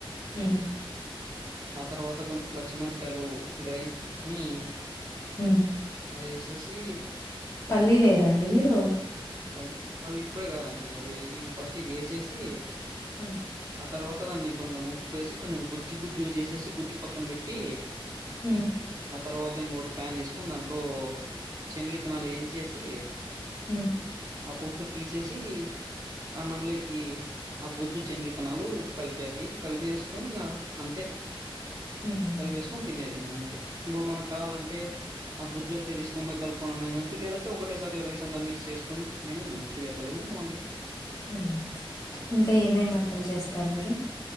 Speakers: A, on the left; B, on the right.
A: మ్
B: ఆ తర్వాత కొన్ని పచ్చిమిరక్కాయలు బ్రెయిన్ <unintelligible> అని
A: మ్మ్
B: అది యేశేషి
A: పల్లీలు వెయ్యరాండి మీరు
B: అవ్ అవి ఇప్పుడే కాదండి అవి ఇది పస్ట్ ఇది యేసేసి
A: మ్
B: ఆ తర్వాత దాన్ని కొంచెం ఉప్పు వేసి కొంచెం గుజ్జు గుజ్జు చేసేసి గుజ్జు పక్కన పెట్టి
A: ఉమ్
B: ఆ తర్వాత ఇంగోటి ప్యాన్ తీసుకొని దాంట్లో శనగిత్తానాలు ఏంచేసి
A: హమ్
B: ఆ పోట్టు తీసేసి అన్నంమ్లేకి ఆ గుజ్జు శనగిత్తానాలు కలిపేది కలిపి వేసుకొని ఇంగా అంతే
A: మ్మ్
B: కలిపేసుకొని తినేది ఇంగ అంతే ఇప్పుడు మనకు కావాలంటే ఆ గుజ్జు అట్లే తీసుకోని పోయి కల్పుకోనన్న తినొచ్చు లేదంటే ఒకటేసారి రైస్ అంత మిక్స్ చేసు కొని నేను చి అట్ల తిన్న బావుంటది
A: మ్ ఇంక ఏమేమి వంటలు చేస్తారు మీరు